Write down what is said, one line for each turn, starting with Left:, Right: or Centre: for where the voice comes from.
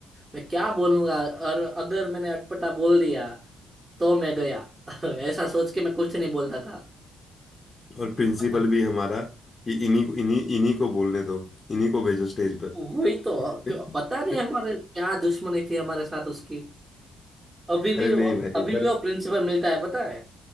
Right: मैं क्या बोलूंगा और अगर मैंने अटपटा बोल दिया तो मैं गया <laughs> ऐसा सोच के मैं कुछ नहीं बोलता
Left: और प्रिंसिपल
Right: था
Left: भी हमारा कि इन्हीं को इन्हीं इन्हीं को बोलने दो इन्हीं को भेजो स्टेज
Right: वही तो
Left: पर
Right: क्यों पता
Left: <laughs>
Right: नहीं हमारे क्या दुश्मनी थी हमारे साथ उसकी अभी भी
Left: अरे
Right: वो
Left: नहीं भाई
Right: अभी भी
Left: पर
Right: वो प्रिंसिपल मिलता है पता है